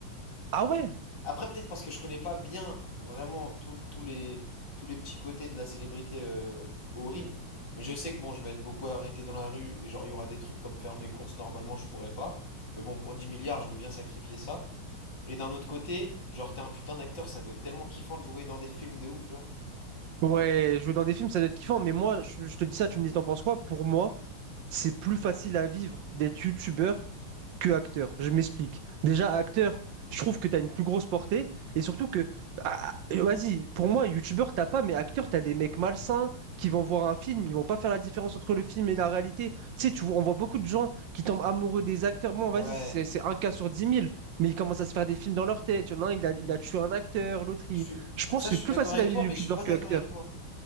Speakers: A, on the right; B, on the left.
A: Ah ouais?
B: Après, peut-être parce que je connais pas bien vraiment tous tous les, tous les petits côtés de la célébrité euh, horrible. Mais je sais que bon, je vais être beaucoup arrêté dans la rue et genre, il y aura des trucs comme faire mes courses, normalement, je pourrais pas. Mais bon, pour 10 milliards, je veux bien sacrifier ça. Et d'un autre côté, genre, t'es un putain d'acteur, ça doit être tellement kiffant de jouer dans des films de ouf, genre.
A: Ouais, jouer dans des films, ça doit être kiffant, mais moi, je, je te dis ça, tu me dis, t'en penses quoi? Pour moi, c'est plus facile à vivre d'être youtubeur que acteur. Je m'explique. Déjà, acteur, je trouve que tu as une plus grosse portée. Et surtout que, ah, et vas-y, pour moi, youtubeur, t'as pas, mais acteur, t'as des mecs malsains qui vont voir un film, ils vont pas faire la différence entre le film et la réalité. Tu sais, tu, vois- on voit beaucoup de gens qui tombent amoureux des acteurs. Bon,
B: Ouais.
A: vas-y, c'est c'est un cas sur dix mille, mais ils commencent à se faire des films dans leur tête. Il y en a un, il a, il
B: Mm.
A: a tué un acteur, l'autre, il...
B: Je suis...
A: Je pense
B: Ça,
A: que
B: je
A: c'est
B: suis
A: plus
B: d'accord
A: facile
B: avec
A: à vivre
B: toi,
A: youtubeur
B: mais je suis pas
A: que
B: d'accord
A: acteur.
B: avec toi.